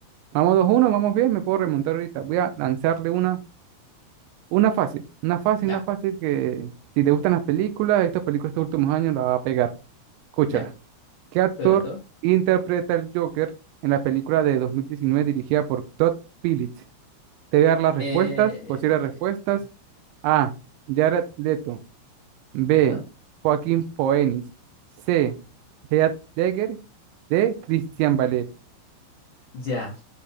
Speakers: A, on the right; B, on the left.
A: Vamos 2-1, vamos bien, me puedo remontar ahorita. Voy a lanzarle una, una fácil, una fácil,
B: Ya,
A: una fácil que si te gustan las películas, estas películas estos últimos años la va a pegar. Escúchala.
B: ya.
A: ¿Qué actor
B: Estoy atento.
A: interpreta el Joker en la película de 2019 dirigida por Todd Phillips? Te voy a dar las respuestas,
B: Eh,
A: posibles respuestas. A. Jared Leto. B.
B: ya.
A: Joaquín Phoenix. C. Heath Ledger. D. Christian Ballet.
B: Ya.